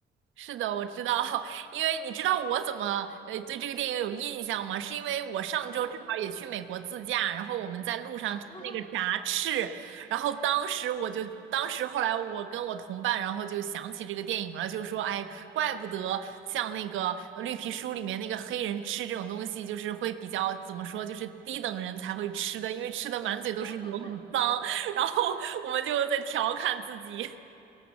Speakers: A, on the right; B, on the left.
A: 是的，我知道，<laughs> 因为你知道我怎么呃对这个电影有印象吗？是因为我上周正好也去美国自驾，
B: 嗯，<laughs>
A: 然后我们在路上吃那个炸翅，
B: 啊，哈哈，
A: 然后当时我就，当时后来我跟我同伴，然后就想起这个电影了，就说，哎，怪不得像那个呃绿皮书里面那个黑人吃这种东西，就是会比较怎么说，就是低等人才会吃的，因为吃的满嘴都是油，
B: 啊哈
A: 很脏。<laughs> 然后我们就在调侃自己，<laughs>